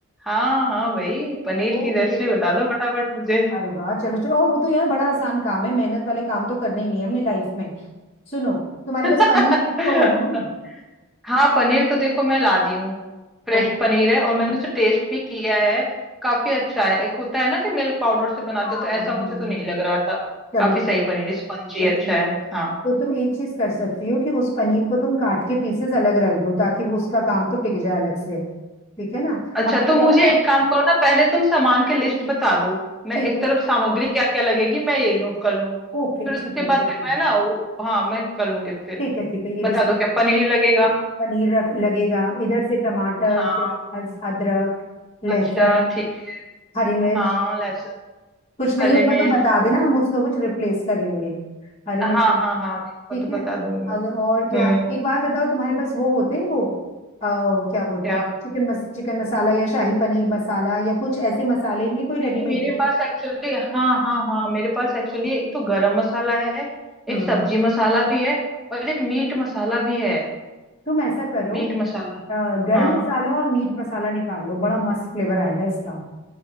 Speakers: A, in the centre; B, on the left.
A: हाँ हाँ भाई पनीर
B: Okay
A: की रेसिपी
B: okay
A: बता दो फटाफट मुझे
B: अरे वाह चलो चलो और वो तो यार बड़ा आसान काम है मेहनत वाले काम तो करने ही नहीं है हमने लाइफ में सुनो तुम्हारे
A: <laughs>
B: पास पनीर रखा हुआ है ना
A: हाँ पनीर तो देखो मैं ला दी हूँ फ्रेश
B: ओके
A: पनीर है और मैंने उसे टेस्ट भी किया है काफी अच्छा है एक होता है ना कि मिल्क पाउडर से बनाते
B: हाँ
A: हो, तो ऐसा
B: हम्म
A: मुझे तो नहीं
B: हम्म।
A: लग रहा था
B: चलो
A: काफी
B: बुरा
A: सही
B: है
A: पनीर स्पंजी
B: तो
A: अच्छा
B: ठीक
A: है
B: है
A: हाँ
B: तो तुम एक चीज कर सकती हो कि उस पनीर को तुम काट के पीसेस अलग रख दो ताकि वो उसका काम तो टिक जाए अलग से ठीक है ना
A: अच्छा
B: अब मुझे
A: तो मुझे
B: बताओ
A: एक काम करो ना पहले तुम सामान की लिस्ट बता दो मैं
B: ठीक
A: एक
B: है
A: तरफ सामग्री क्या क्या लगेगी मैं ये नोट कर लूं
B: ओके
A: फिर
B: ठीक
A: उसके
B: है ठीक
A: बाद फिर
B: है
A: मैं ना वो- हाँ मैं कर लूंगी फिर
B: ठीक है ठीक है ये
A: बता
B: भी सही
A: दो क्या
B: है
A: पनीर लगेगा
B: पनीर रख लगेगा इधर से टमाटर
A: हाँ
B: प्याज अदरक लहसुन
A: अच्छा ठीक है
B: हरी मिर्च
A: हाँ लहसुन
B: कुछ नहीं
A: हरी
B: होगा
A: मिर्च
B: तो बता
A: ठीक
B: देना
A: है
B: हम उसका कुछ रिप्लेस कर लेंगे हरी मिर्च
A: हाँ हाँ हाँ नहीं होगा
B: ठीक
A: तो
B: है
A: बता दूंगी मैं
B: अगर और क्या
A: हम्म
B: एक बार बताओ तुम्हारे पास वो होते हैं वो अ, क्या बोलते
A: क्या
B: हैं चिकन मस, चिकन मसाला या शाही पनीर मसाला या कुछ ऐसे मसाले हैं कोई रेडीमेड
A: नहीं मेरे
B: जो
A: पास एक्चुअली हाँ हाँ हाँ मेरे पास एक्चुअली एक तो गरम मसाला है
B: हम्म
A: एक सब्जी मसाला भी है और एक मीट मसाला भी है
B: तुम ऐसा करो
A: मीट मसाला
B: अ, गरम
A: हाँ
B: मसाला और मीट मसाला निकाल लो बड़ा मस्त फ्लेवर आएगा इसका